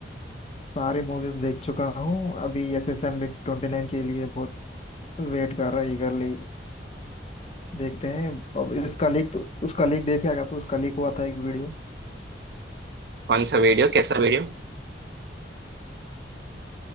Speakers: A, on the left; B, on the right.
A: सारी मूवीज देख चुका हूँ अभी एस एस एम ट्वेंटी नाइन के लिए बहुत वेट कर रहा है eagerly देखते हैं अब उसका लीक तो उसका लीक देखे आएगा तो उसका लीक हुआ था एक वीडियो
B: कौन सा वीडियो कैसा वीडियो